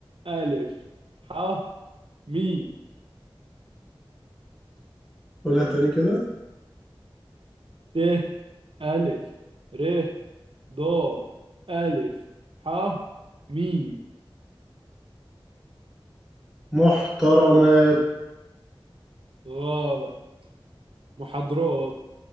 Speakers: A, on the right; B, in the centre.
A: ألف ح مي
B: قولها تاني كده
A: ت ألف ر ضاد ألف ح ميم
B: محترمات
A: غلط محاضرات